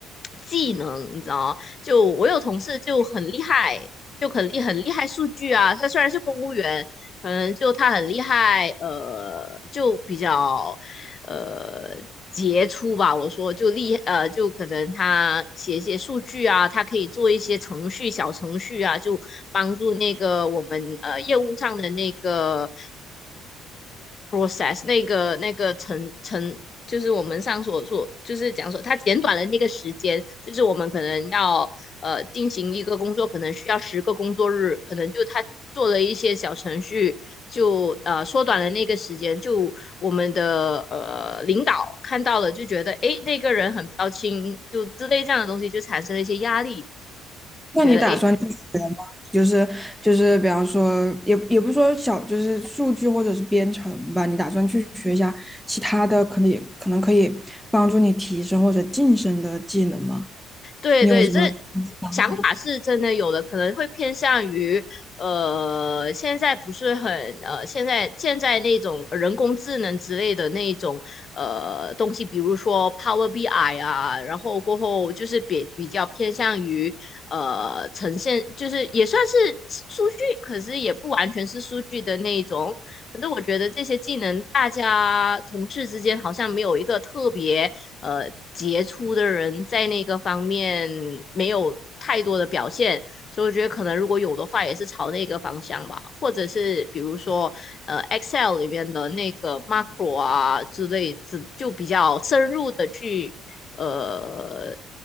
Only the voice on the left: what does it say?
技能，你知道吗？就我有同事就很厉害，就很厉很厉害数据啊。他虽然是公务员，可能就他很厉害，呃，就比较呃。杰出吧，我说就厉呃，就可能他写一些数据啊，他可以做一些程序、小程序啊，就帮助那个我们呃业务上的那个 process 那个那个程程，就是我们上所说，就是讲说他简短了那个时间，就是我们可能要呃进行一个工作，可能需要十个工作日，可能就他做了一些小程序，就呃缩短了那个时间，就我们的呃领导看到了就觉得诶那个人很标清，就之类这样的东西就产生了一些压力。
觉得哎，
对对，
这
想法是真的有的，可能会偏向于呃，现在不是很呃，现在现在那种人工智能之类的那种呃东西，比如说 Power BI 啊，然后过后就是比比较偏向于呃呈现，就是也算是数据，可是也不完全是数据的那一种。可是我觉得这些技能，大家同事之间好像没有一个特别呃杰出的人在那个方面没有太多的表现，所以我觉得可能如果有的话，也是朝那个方向吧，或者是比如说呃 Excel 里面的那个 macro 啊之类，只就比较深入的去呃